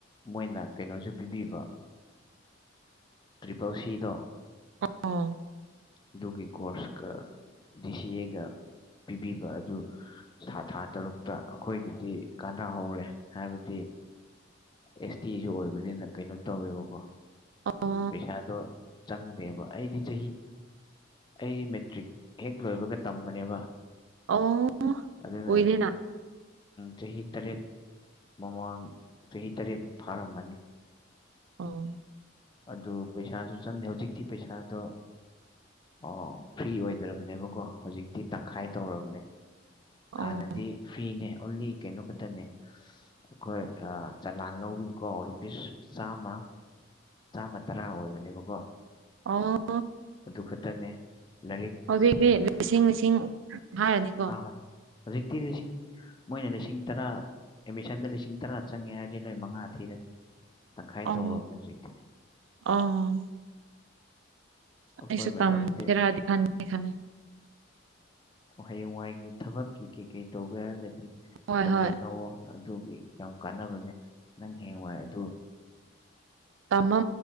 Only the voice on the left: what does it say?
ꯃꯣꯏꯅ ꯀꯩꯅꯣꯁꯨ ꯄꯤꯕꯤꯕ ꯇ꯭ꯔꯤꯄꯜ ꯁꯤꯗꯣ
ꯑꯗꯨꯒꯤ ꯀꯣꯔꯁꯀ ꯗꯤ ꯁꯤ ꯑꯦꯒ ꯄꯤꯕꯤꯕ ꯑꯗꯨ ꯊꯥ ꯇꯔꯨꯛꯇ ꯑꯩꯈꯣꯏꯒꯤꯗꯤ ꯀꯥꯟꯅꯍꯧꯔꯦ ꯍꯥꯏꯕꯗꯤ ꯑꯦꯁ ꯇꯤꯁꯨ ꯑꯣꯏꯕꯅꯤꯅ ꯀꯩꯅꯣ ꯇꯧꯋꯦꯕꯀꯣ
ꯎꯝ ꯄꯩꯁꯥꯗꯣ ꯆꯪꯗ꯭ꯔꯦꯕ ꯑꯩꯗꯤ ꯆꯍꯤ ꯑꯩ ꯃꯦꯇ꯭ꯔꯤꯛ ꯍꯦꯛ ꯂꯣꯏꯕꯒ ꯇꯝꯕꯅꯦꯕ
ꯑꯗꯨꯗꯅꯦ
ꯆꯍꯤ ꯇꯔꯦꯠ ꯃꯃꯥꯡ ꯆꯍꯤ ꯇꯔꯦꯠ ꯐꯥꯔꯝꯕꯅꯤ
ꯑꯗꯨ ꯄꯩꯁꯥꯁꯨ ꯆꯪꯗꯦ ꯍꯧꯖꯤꯛꯇꯤ ꯄꯩꯁꯥꯗꯣ ꯑꯣ ꯐ꯭ꯔꯤ ꯑꯣꯏꯗ꯭ꯔꯕꯅꯦꯕꯀꯣ ꯍꯧꯖꯤꯛ ꯤ ꯇꯪꯈꯥꯏ ꯇꯧꯔꯕꯅꯦ
ꯍꯥꯟꯅꯗꯤ ꯐꯤꯅꯦ ꯑꯣꯟꯂꯤ ꯀꯩꯅꯣ ꯈꯛꯇꯅꯦ ꯑꯩꯈꯣꯏ ꯆꯂꯥꯟ ꯂꯧꯕꯤꯀꯣ ꯔꯨꯄꯤꯁ ꯆꯥꯝꯃ ꯆꯥꯝꯃ ꯇꯔꯥ ꯑꯣꯏꯕꯅꯦꯕꯀꯣ
ꯑꯗꯨ ꯈꯛꯇꯅꯦ ꯂꯥꯏꯔꯤꯛ
ꯑꯥ ꯍꯣꯏ ꯍꯧꯖꯤꯛꯇꯤ ꯂꯤꯁꯤꯡ ꯃꯣꯏꯅ ꯂꯤꯁꯤꯡ ꯇꯔꯥ ꯑꯦꯠꯃꯤꯁꯟꯗ ꯂꯤꯁꯤꯡ ꯇꯔꯥ ꯆꯪꯉꯦ ꯍꯥꯏꯔꯗꯤ ꯅꯣꯏ ꯃꯉꯥ ꯊꯤꯔꯅꯤ ꯇꯪꯈꯥꯏ
ꯇꯧꯔꯕꯅꯦ ꯍꯧꯖꯤꯛꯇꯤ
ꯑꯩꯈꯣꯏ
ꯃꯇꯝꯗꯗꯤ
ꯍꯌꯦꯡꯋꯥꯏꯒꯤ ꯊꯕꯛꯀꯤ ꯀꯩ ꯀꯩ ꯇꯧꯒꯦ ꯍꯥꯏꯔꯒꯗꯤ
ꯇꯝꯖꯟꯍꯧꯣ
ꯑꯗꯨꯒꯤ ꯌꯥꯝ ꯀꯥꯟꯅꯕꯅꯦ ꯅꯪ ꯍꯌꯦꯡ ꯋꯥꯏ ꯑꯗꯨ